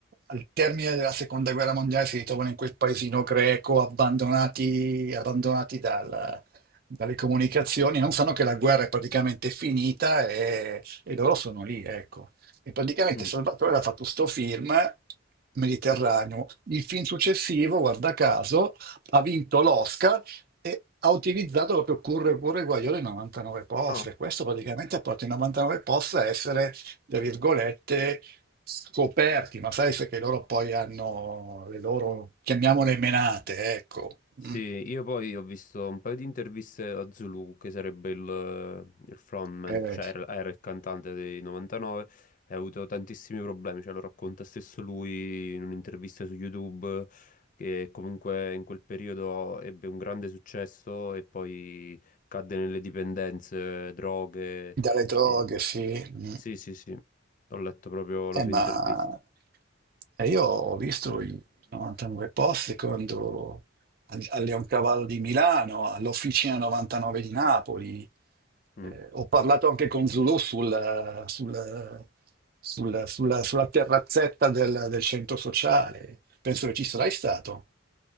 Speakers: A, on the right; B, on the left.
A: al termine della seconda guerra mondiale si ritrovano in quel paesino greco abbandonati, abbandonati dal- dalle comunicazioni, non sanno che la guerra è praticamente finita e, e loro sono lì, ecco. E praticamente
B: Mm.
A: Salvatore aveva fatto sto film Mediterraneo. Il film successivo, guarda caso, ha vinto l'Oscar e ha utilizzato proprio Curre Curre Guaiole 99 poste.
B: Ah,
A: Questo praticamente ha portato i 99 posti a essere, tra virgolette, scoperti, ma sai se che loro poi hanno le loro, chiamiamole menate, ecco,
B: Sì,
A: Mm.
B: io poi ho visto un paio di interviste a Zulu, che sarebbe il, il frontman,
A: Eh,
B: cioè era, era il cantante dei 99, e ha avuto tantissimi problemi, cioè lo racconta stesso lui in un'intervista su YouTube, che comunque in quel periodo ebbe un grande successo e poi cadde nelle dipendenze, droghe.
A: dalle droghe,
B: e-
A: sì. Mm.
B: Sì, sì, sì, ho letto proprio la
A: Eh,
B: sua
A: ma
B: intervista.
A: E io ho visto i 99 posti quando al, al Leoncavallo di Milano, all'Officina 99 di Napoli.
B: Mm.
A: Eh, ho parlato anche con Zulu sul- sul- sul- sulla, sulla terrazzetta del, del centro sociale. Penso che ci sarai stato.